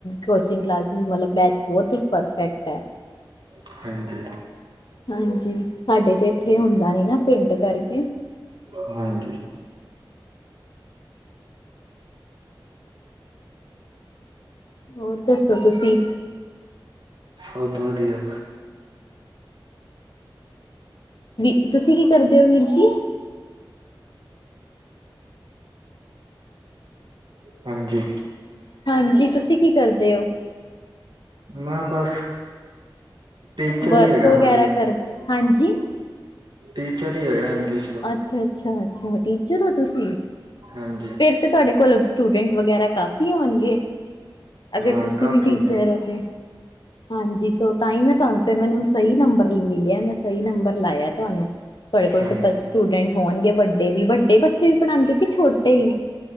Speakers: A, on the left (about 60°); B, on the right (about 65°).
A: ਕੋਚਿੰਗ, ਕਲਾਸਿਸ ਵਾਲਾ ਬੈਚ, ਬਹੁਤ ਹੀ ਪਰਫੈਕਟ ਹੈ।
B: ਹਾਂਜੀ,
A: ਹਾਂਜੀ, ਸਾਡੇ ਤੇ ਇੱਥੇ ਹੁੰਦਾ ਨੀ ਨਾ ਪਿੰਡ ਕਰਕੇ,
B: ਹਾਂਜੀ,
A: ਹੋਰ ਦੱਸੋ ਤੁਸੀਂ?
B: ਸਭ ਵਧੀਆ,
A: ਵੀ ਤੁਸੀਂ ਕੀ ਕਰਦੇ ਹੋ, ਵੀਰ ਜੀ?
B: ਹਾਂਜੀ,
A: ਹਾਂਜੀ, ਤੁਸੀਂ ਕੀ ਕਰਦੇ ਹੋ?
B: ਮੈਂ ਬਸ, ਟੀਚਰ
A: ਵਰਕ
B: ਹੀ ਹੈਗਾ
A: ਵਗੈਰਾ
B: ਮੈਂ ਵੀ,
A: ਕਰਦੇ ਹਾਂਜੀ
B: ਟੀਚਰ ਹੀ ਹੈਗਾ, ਇੰਗਲਿਸ਼ ਦਾ
A: ਅੱਛਾ-ਅੱਛਾ-ਅੱਛਾ, ਟੀਚਰ ਹੋ ਤੁਸੀਂ?
B: ਹਾਂਜੀ
A: ਫਿਰ ਤਾਂ ਤੁਹਾਡੇ ਕੋਲ ਸਟੂਡੈਂਟ ਵਗੈਰਾ ਕਾਫੀ ਹੋਣਗੇ। ਅਗਰ
B: ਹਾਂ
A: ਤੁਸੀਂ
B: ਕਾਫੀ
A: ਵੀ ਟੀਚਰ
B: ਹੈ
A: ਹੋ ਤੇ, ਹਾਂਜੀ, ਤਾਂ ਹੀ ਮੈਂ ਤੁਹਾਨੂੰ ਫਿਰ ਮੈਨੂੰ ਹੁਣ ਸਹੀ ਨੰਬਰ ਮਿਲਿਆ, ਮੈਂ ਸਹੀ ਨੰਬਰ ਲਾਇਆ ਤੁਹਾਨੂੰ ਤੁਹਾਡੇ ਕੋਲ
B: ਹਾਂਜੀ
A: ਤਾਂ ਸਟੂਡੈਂਟ ਹੋਣਗੇ, ਵੱਡੇ ਵੀ, ਵੱਡੇ ਬੱਚੇ ਵੀ ਪੜ੍ਹਾਉਦੇ ਕਿ ਛੋਟੇ ਹੀ।